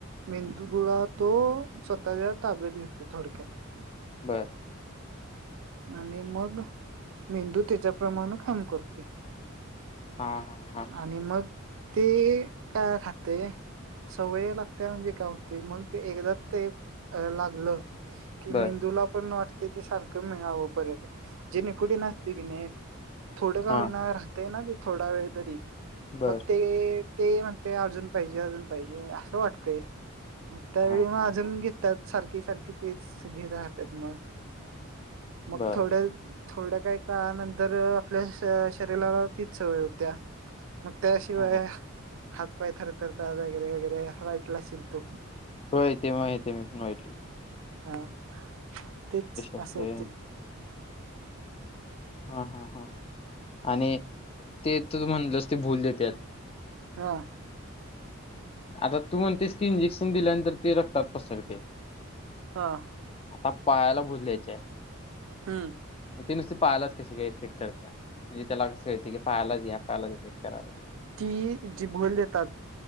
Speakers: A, on the right; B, on the left.
A: मेंदू धुळा तो स्वतःच्या ताब्यात घेतो. ते थोडक्यात
B: बर
A: आणि मग मेंदू त्याच्याप्रमाणे काम करतोय.
B: हा हा हा
A: आणि मग ते काय राह ते सवय लागते म्हणजे काय होते मग एकदा ते अ लागलं की
B: बर
A: मेंदूला पण वाटते ते सारखं मिळावं परत. जेने कुठ नासती की नाही. थोडं का
B: हा
A: होईना राहतय ना ते थोडा वेळ तरी
B: बर
A: मग ते ते म्हणते अजून पाहिजे अजून पाहिजे असं वाटतेग त्यावेळी
B: हा
A: मग
B: हा
A: अजून
B: हा
A: घेतात. सारखी सारखी तेच घे राहतात मग मग
B: बर
A: थोड थोड्या काही काळानंतर आपल्या शरीराला तीच सवय होती. त्या मग त्याशिवाय
B: हा
A: हात पाय थरथर वगैरे वगैर असं ऐकलं असेल तू
B: होय ते माहिती मी पण ऐकली.
A: हा तेच
B: असतोय
A: असं होतय.
B: व्हय हा हा हा आणि ते तु म्हणलंस ते भूल देत्यात.
A: हा
B: आता तू म्हणतेस की इंजेक्शन दिल्यानंतर ते रक्तात पसरते.
A: हा
B: आता पायाला भुल द्यायची आहे.
A: हम्म
B: ते नुसते पायलाच कशी का इफेक्ट करत म्हणजे त्याला कस कळते की पायलाच या पाहालाच इफेक्ट कराला.
A: ती जि भोल देतात